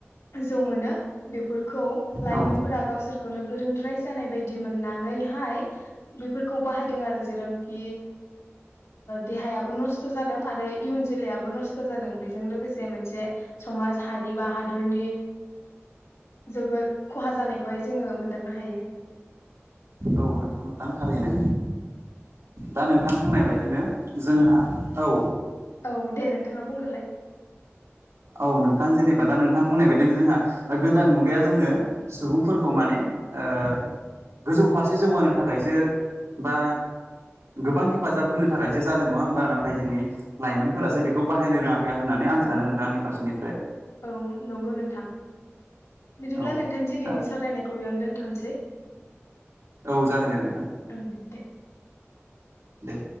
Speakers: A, on the left; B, on the right.
A: जौ मोनो बेफोरखौ लाइमोनफोरा
B: औ
A: गावसोरखौनो गोरोंद्राय जानाय बायदि मोननानैहाय बेफोरखौ बाहायदों आरो जेरावनोखि देहायाबो नस्थ जादों आरो इयुन जोलैयाबो नस्थ जादों बेजों लोगोसे मोनसे समाजनि हारि बा हादरनि जोबोद खहा जानायखौहाय जोङो मोनदांनो हायो।
B: औ नंगौ नोंथां थारैनो दा नोंथां बुंनाय बायदिनो जोंहा औ।
A: औ दे नोंथाङा बुंग्रोलाय।
B: औ नोंथां जेनेबा दा नोंथां बुंनाय बायदों जोंहा ओ गोदान मुगाया जोंनो सुबुंफोरखौ माने ओ गोजौ फारसे जौगानो थाखायसो बा गोबां हेफाजाब होनो थाखायसो जादों नङा होमबा नाथाय जोंनि लाइमोनफोरासो बेखौ बाहायनो रोङाखै। गैया होननानै आं
A: औ
B: सानो नोंथां आंनि फारसेनिफ्राय
A: औ नंगौ नोंथां बिदिब्ला
B: औ
A: नोंथां दिनैनि
B: दा
A: सावरायनायखौ बेयावनो दोनथ'नोसै।
B: औ जागोन दे नोंथां।
A: ओं दे
B: दे।